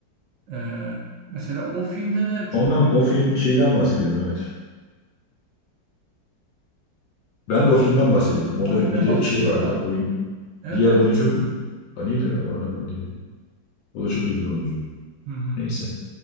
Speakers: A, on the right; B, on the left.
A: Ee, mesela o filmde de çok
B: Ondan
A: böyle
B: o film şeyden bahsediyorum evet. Ben de o filmden bahsediyorum. Orada
A: o filmden
B: bir de
A: bahsediyorsun
B: şey vardı
A: değil mi abi?
B: oyun
A: Evet
B: diğer
A: evet.
B: oyuncu Ha, neydi o adamın adı ya? O da çok iyi bir oyuncu.
A: Hı hı.
B: Neyse